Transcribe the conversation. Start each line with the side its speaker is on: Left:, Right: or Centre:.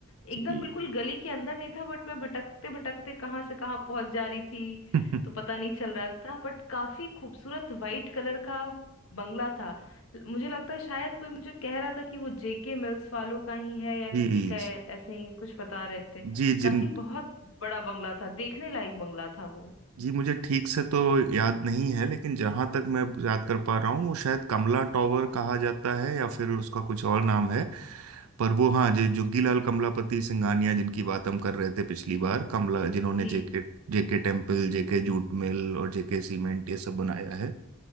Left: एकदम
Right: जी
Left: बिल्कुल गली के अंदर नहीं था बट मैं भटकते भटकते कहाँ से कहाँ पहुंच जा रही थी
Right: <laughs>
Left: तो पता नहीं चल रहा था बट काफी खूबसूरत वाइट कलर का बंगला था ल- मुझे लगता है शायद कोई मुझे कह रहा था कि वो जेके मिल्स वालों का ही है या किसी
Right: जी
Left: का है,
Right: जी
Left: ऐसे ही कुछ बता रहे थे
Right: जी
Left: काफी
Right: जिन
Left: बहुत बड़ा बंगला था देखने लायक बंगला था वो
Right: जी मुझे ठीक से तो याद नहीं है लेकिन जहां तक मैं याद कर पा रहा हूँ वो शायद कमला टॉवर कहा जाता है या फिर उसका कुछ और नाम है पर वो हाँ जो जुग्गीलाल कमलापति सिंघानिया जिनकी बात हम कर रहे थे पिछली बार कमला जिन्होंने
Left: जी
Right: JK JK temple JK jute mill और जेके सीमेंट ये सब बनाया है